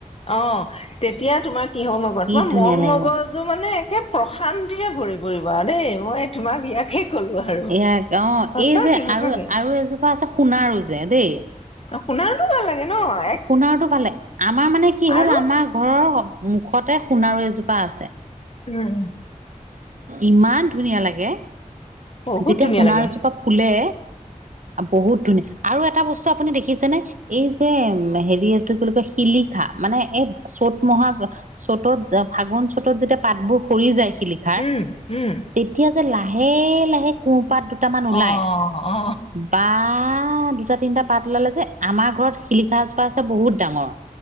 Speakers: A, on the left; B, on the right.
A: অহ, তেতিয়া তোমাৰ কি হয় মই কয়
B: কি
A: তোমাৰ
B: ধুনীয়া
A: মন
B: লাগিব
A: মগজ জু মানে একে প্ৰশান্তিৰে ভৰি পৰিব আৰু দেই, মই তোমাক ইয়াকে ক'লো আৰু
B: এয়াক অ,
A: সঁচাকে
B: এই যে
A: সঁচাকে
B: আৰু -আৰু এজোপা আছে সোণাৰু যে দেই
A: সোনাৰুটো ভাল লাগে নহয়।
B: সোণাৰুটো ভাল লাগে। আমাৰ মানে কি হ'ল
A: আৰু
B: আমাৰ ঘৰৰ মুখতে সোণাৰু এজোপা আছে।
A: উম।
B: ইমান ধুনীয়া লাগে।
A: বহুত
B: যেতিয়া
A: ধুনীয়া
B: সোনাৰু
A: লাগে
B: জোপা ফুলে, বহুত ধুনীয়া আৰু এটা বস্ত আপুনি দেখিছেনে? এই যে হেৰি এইটো কি বুলি কয় শিলিখা মানে এই চ'ত মহা চ'তত, ফাগুন- চ'তত যেতিয়া পাতবোৰ সৰি যায় শিলিক
A: উম উম।
B: তেতিয়া যে লাহে লাহে কোপাত দুটামান ওলাই
A: অ অ
B: বা দুটা তিনিটা পাত ওলালে যে আমাৰ ঘৰত শিলিখা এজোপা আছে বহুত ডাঙৰ।